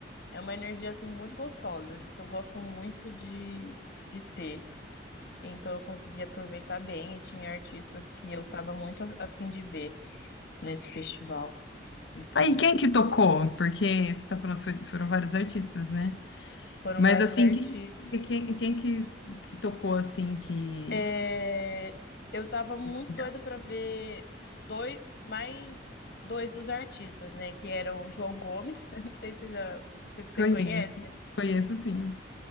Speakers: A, on the left; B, on the left.
A: é uma energia, assim, muito gostosa, que eu gosto muito de, de ter. Então, eu consegui aproveitar bem e tinha artistas que eu tava muito a, a fim de ver nesse festival. Então,
B: Aí, quem que tocou? Porque você tá falando, foi- foram vários artistas, né?
A: foram
B: Mas
A: vários
B: assim,
A: artistas.
B: quem, quem, quem que, que tocou assim que.
A: É, eu tava muito
B: Legal.
A: doida pra ver dois, mais dois dos artistas, né? Que eram o João Gomes, <laughs> não sei se, já, se você
B: Conheço,
A: conhece,
B: conheço sim.